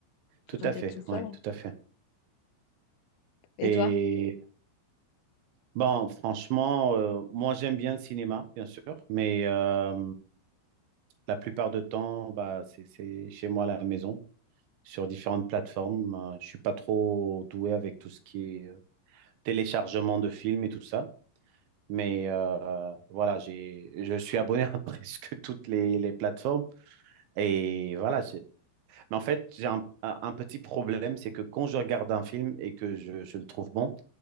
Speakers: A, on the left (about 80°); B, on the right (about 75°).
A: plutôt
B: tout à
A: que d'être
B: fait.
A: toute
B: Ouais,
A: seule.
B: tout à fait.
A: Et
B: Et
A: toi?
B: bon, franchement, euh, moi j'aime bien le cinéma, bien sûr, mais euh, La plupart du temps, bah, c'est c'est chez moi à la maison, sur différentes plateformes. Euh, Je suis pas trop doué avec tout ce qui est euh, téléchargement de films et tout ça. Mais euh, voilà, j'ai, je suis abonné <laughs> à presque toutes les, les plateformes. Et voilà, j'ai- mais en fait, j'ai un, un- un petit problème, c'est que quand je regarde un film et que je, je le trouve bon,